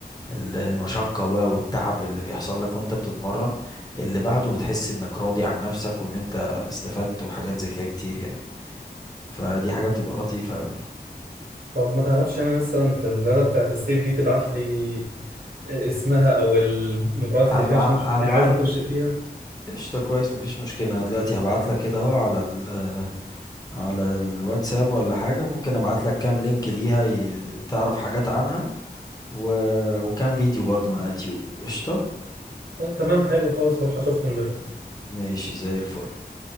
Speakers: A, on the left (about 20°); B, on the right (about 60°).
A: ال- المشقة بقى والتعب اللي بيحصل لك وانت بتتمرن اللي بعده بتحس انك راضي عن نفسك وان انت استفدت وحاجات زي كده كتير يعني فدي حاجة بتبقى لطيفة أوي
B: طب ما تعرفش انا مثلا في الرياضه بتاعت الصيف دي تبعت لي اسمها او المباريات
A: هبع...
B: اللي فيها عشان اشوف
A: هبعت
B: لي عايز اخش فيها
A: قشطة كويس مفيش مشكلة أنا دلوقتي هبعت لك كده أهو على ال... على الواتساب ولا حاجة ممكن أبعت لك كام لينك ليها ي... تعرف حاجات عنها و... وكام فيديو برضو من على اليوتيوب قشطة
B: طب تمام حلو خالص هروح اشوفهم دلوقتي
A: ماشي زي الفل